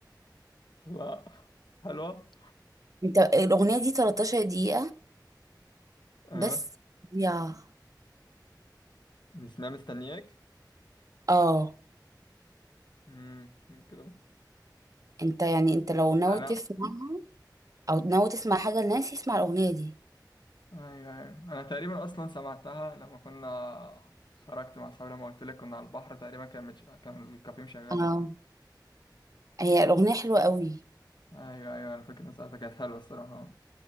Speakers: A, on the left (about 75°); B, on the right (about 50°).
A: لا حلوة
B: انت الاغنيه دي 13 دقيقه
A: اه
B: بس يا
A: بتسمعي مستنياك
B: اه
A: امم كده
B: انت يعني انت لو ناوي
A: انا
B: تسمعها او ناوي تسمع حاجه لناس اسمع الاغنيه دي
A: ايوه ايوه انا تقريبا اصلا سمعتها لما كنا خرجت مع صحابي لما قلت لك كنا على البحر تقريبا كان متش... كان الكافيه مشغل
B: اه
A: هناك
B: هي الاغنيه حلوه قوي
A: ايوه ايوه انا فاكر ان ساعتها كانت حلوه الصراحه